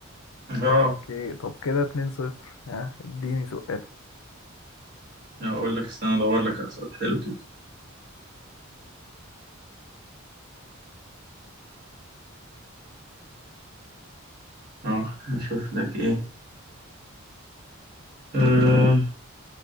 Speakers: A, on the right; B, on the left.
A: اه
B: اوكي طب كده 2 صفر ها اديني سؤال
A: اقول لك استنى ادور لك على سؤال حلو كده اه اشوف لك ايه أه